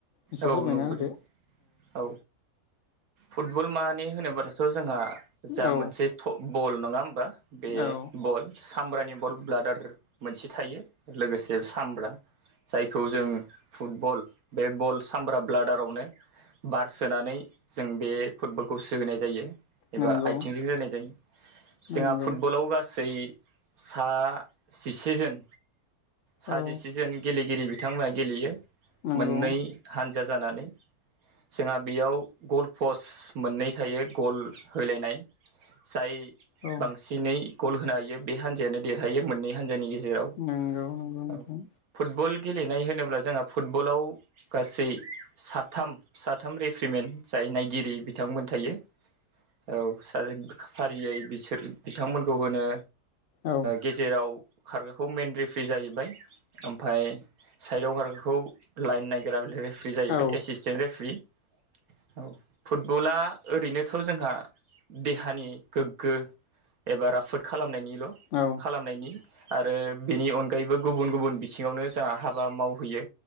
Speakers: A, on the left (about 65°); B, on the right (about 65°).
A: एसे
B: औ-
A: फोरमायना
B: नुबोदों
A: होदो
B: औ। फुटबल मानि होनोब्लाथ' जोंहा जा
A: औ
B: मोनसे। थ' बल नङा होमबा? बे
A: औ
B: बल। सामब्रानि बल ब्लाडार मोनसे थायो लोगोसे सामब्रा जायखौ जों फुटबल बे बल बा ब्लाडारावनो बार सोनानै जों बे फुटबलखौ सोहोनाय जायो। एबा
A: नंगौ
B: आयथिंजों जोनाय जायो
A: नंगौ
B: जोंहा फुटबलाव गासै सा जिसे जोन सा
A: औ
B: जिसे जोन गेलेगिरि <unintelligible> बिथांमोनहा गेलेयो
A: नंगौ
B: मोननै हान्जा जानानै। जोंहा बेयाव गल पस्ट मोननै थायो गल होलायनाय। जाय
A: औ
B: बांसिनै गल होनो हायो बे हान्जायानो देरहायो मोननै हानजानि गेजेराव। जेराव
A: नंगौ नंगौ नोंथां
B: फुटबल गेलेनाय होनोब्ला जोंहा फुटबलाव। गासै साथाम-साथाम रेफ्रिमेन्ट जाय नायगिरि बिथांमोन थायो। औ सासे फारियै बिसोर बिथांमोनखौ होनो।
A: औ
B: गेजेराव खारग्राखौ मेन रिफ्रि जाहैबाय ओमफाय। साइदाव खारग्राखौ लाइन नायग्रा रेफ्रि जाहैबाय
A: औ
B: एसिसटेन्ट रेफ्रि। औ फुटबला ओरैनोथ' जोंहा देहानि गोग्गो। एबा राफोद खालामनायनिल'
A: औ
B: खालामनायनि। आरो बेनि अनगायैबो गुबुन-गुबुन बिथिङावनो जोंहा हाबा मावहैयो।